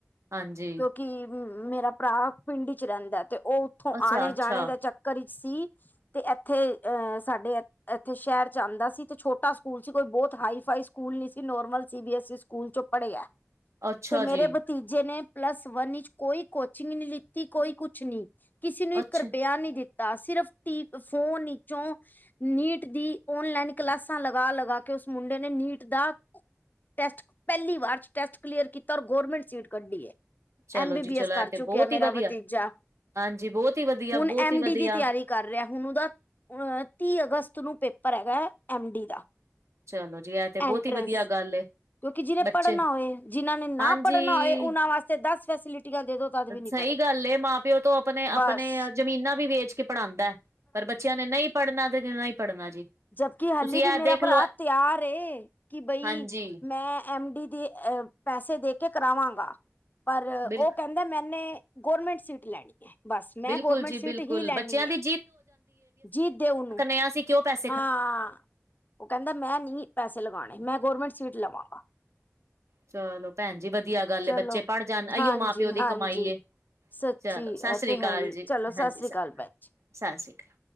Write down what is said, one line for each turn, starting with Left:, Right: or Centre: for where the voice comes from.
Right: ਹਾਂਜੀ।
Left: ਕਿ, ਮੇਰਾ ਭਰਾ ਪਿੰਡ ਚ ਰਹਿੰਦਾ, ਤੇ ਉਹ ਉੱਥੋਂ
Right: ਅੱਛਾ
Left: ਆਣੇ-ਜਾਣੇ
Right: ਅੱਛਾ
Left: ਦਾ ਚੱਕ ਘਰੀ ਚ ਸੀ, ਤੇ ਇੱਥੇ ਅ ਸਾਡੇ ਇੱਥੇ ਸ਼ੈਰ ਚ ਆਂਦਾ ਸੀ। ਤੇ ਛੋਟਾ ਸਕੂਲ ਸੀ, ਕੋਈ ਬੋਤ ਹਾਈ-ਫਾਈ ਸਕੂਲ ਨੀ ਸੀ, ਨੋਰਮਲ ਸੀ ਬੀ ਐਸ ਸੀ ਸਕੂਲ ਚੋਂ ਪੜ੍ਹਿਆ
Right: ਅੱਛਾ
Left: ਤੇ ਮੇਰੇ
Right: ਜੀ
Left: ਬ ਤੀਜੇ ਨੇ ਪਲੱਸ ਵਨ ਇੱਚ ਕੋਈ ਕੋਚਿੰਗ ਨੀ ਲਿੱਤੀ, ਕੋਈ ਕੁਛ ਨੀ ਕਿਸੀ ਨੂੰ ਇੱਕ
Right: ਅੱਛਾ
Left: ਰੁਪਇਆ ਨੀ ਦਿੱਤਾ ਸਿਰਫ <unintelligible> ਫੋਨ ਈ- ਚੋਂ ਨੀਟ ਦੀ ਓਨਲਾਈਨ ਕਲਾਸਾਂ ਲਗਾ- ਲਗਾ ਕੇ ਉਸ ਮੁੰਡੇ ਨੇ ਨੀਟ ਦਾ ਟੈਸਟ ਪਹਿਲੀ ਵਾਰ ਚ, ਟੈਸਟ ਕਲੀਅਰ ਕੀਤਾ, ਔਰ ਗੋਰਮੈਂਟ ਸੀਟ ਕੱਢੀ ਐ।
Right: ਚਲੋ
Left: ਐਮ ਬੀ
Right: ਜੀ
Left: ਬੀ
Right: ਚਲੋ
Left: ਐਸ ਕਰ
Right: ਇਹ ਤੇ
Left: ਚੁੱਕਿਆ,
Right: ਬਹੁਤ
Left: ਮੇਰਾ
Right: ਹੀ ਵਧੀਆ
Left: ਭਤੀਜਾ।
Right: ਹਾਂਜੀ ਬੋਤ ਈ ਵਧੀਆ,
Left: ਹੁਣ
Right: ਬੋਤ
Left: ਐਮ
Right: ਈ
Left: ਡੀ
Right: ਵਧੀਆ।
Left: ਦੀ ਤਿਆਰੀ ਕਰ ਰਿਹਾ ਹੁਣ ਉਹਦਾ, ਅ ਤੀਹ ਅਗਸਤ ਨੂੰ ਪੇਪਰ ਹੈਗਾ ਐ ਐਮ ਡੀ ਦਾ
Right: ਚਲੋ ਜੀ, ਐ ਤੇ
Left: ਐਂਟਰੈਂਸ
Right: ਬੋਤ ਈ ਵਧੀਆ ਗੱਲ ਏ।
Left: ਕਿਉਂਕਿ ਜਿਨੇ
Right: ਬੱਚੇ
Left: ਪੜ੍ਹਨਾ ਹੋਏ, ਜਿਨਾਂ ਨੇ ਨਾ
Right: ਹਾਂਜੀ
Left: ਪੜ੍ਹਨਾ ਹੋਏ, ਉਹਨਾਂ ਵਾਸਤੇ ਦਸ ਫੈਸਿਲਿਟੀਆਂ ਦੇ ਦੋ। ਤਦ ਵੀ ਨਹੀਂ
Right: ਸਹੀ
Left: ਪੜ੍ਹਨਾ
Right: ਗੱਲ ਏ, ਮਾਂ ਪਿਓ ਤੋਂ ਅਪਨੇ,
Left: ਬਸ
Right: ਅਪਨੇ ਜ਼ਮੀਨਾਂ ਵੀ ਵੇਚ ਕੇ ਪੜ੍ਹਾਦੈਂ। ਪਰ, ਬੱਚਿਆਂ ਨੇ ਨਈ ਪੜ੍ਹਨਾ ਤੇ ਜੇ ਨਈ ਪੜ੍ਹਨਾ ਜੀ।
Left: ਜਬਕਿ, ਹਾਲੀ
Right: ਤੁਸੀਂ
Left: ਵੀ
Right: ਇਹ
Left: ਮੇਰਾ
Right: ਦੇਖਲੋ
Left: ਭਰਾ ਤਿਆਰ ਏ, ਕਿ ਬਈ
Right: ਹਾਂਜੀ
Left: ਮੈਂ ਐਮ ਡੀ, ਦੇ ਅ--ਪੈਸੇ ਦੇ ਕੇ ਕਰਾਵਾਂਗਾ ਪਰ,
Right: ਬਿਲਕੁਲ
Left: ਉਹ ਕਹਿ। ਕਹਿੰਦਾ, ਮੈਨੇ--ਗੋਰਮੈਂਟ ਸੀਟ ਲੈਣੀ ਐ ਬਸ, ਮੈਂ
Right: ਬਿਲਕੁਲ
Left: ਗੋਰਮੈਂਟ
Right: ਜੀ
Left: ਸੀਟ
Right: ਬਿਲਕੁਲ
Left: ਹੀ ਲੈਣੀ
Right: ਬੱਚਿਆਂ
Left: ਏ--ਜੀਤ
Right: ਦੀ
Left: ਦਿਓਨੂੰ।
Right: <unintelligible> ਕਿਉ, ਪੈਸ।
Left: ਹਾਂ ਉਹ ਕਹਿੰਦਾ, ਮੈਂ ਨੀ ਪੈਸੇ ਲਗਾਣੇ, ਮੈਂ ਗੌਰਮੈਂਟ ਸੀਟ ਲਵਾਂਗਾ।
Right: ਚਲੋ, ਭੈਣ ਜੀ ਵਧੀਆ ਗੱਲ,
Left: ਚਲੋ
Right: ਬੱਚੇ ਪੜ੍ਹ ਜਾਣ
Left: ਹਾਂਜੀ
Right: ਆਈਓ ਮਾਂ-ਪਿਓ ਦੀ
Left: ਹਾਂਜੀ
Right: ਕਮਾਈ ਏ।
Left: ਸੱਚੀ
Right: ਚਲੋ,
Left: ਇਹ
Right: ਸਸਰੀ
Left: ਤੇ ਹੈ
Right: ਕਾਲ
Left: ਹੀ
Right: ਜੀ,
Left: ਚਲੋ ਸਤਿ
Right: ਹਾਂਜੀ
Left: ਸ੍ਰੀ
Right: ਸ
Left: ਅਕਾਲ ਭੈਣ ਜੀ
Right: ਸਸਰੀ ਕਾਲ।